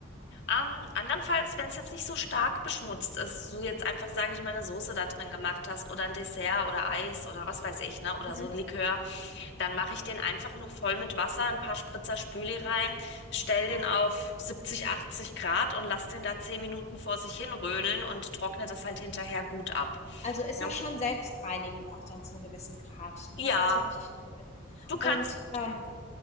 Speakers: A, on the left; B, on the left.
A: Ähm, andernfalls, wenn es jetzt nicht so stark beschmutzt ist, du jetzt einfach, sage ich mal, eine Soße da drin gemacht hast oder ein Dessert oder Eis oder was weiß ich, ne, oder
B: Mhm.
A: so ein Likör, dann mache ich den einfach nur voll mit Wasser, ein paar Spritzer Spüli rein, stell
B: Ja,
A: den auf 70, 80 Grad und lass den da 10 Minuten vor sich hin rödeln und trockne das halt hinterher gut ab.
B: Also, ist
A: Ja,
B: ja schon selbstreinigend auch dann zum gewissen Grad. Das
A: ja
B: ist ja richtig cool.
A: du kannst.
B: Und, ähm,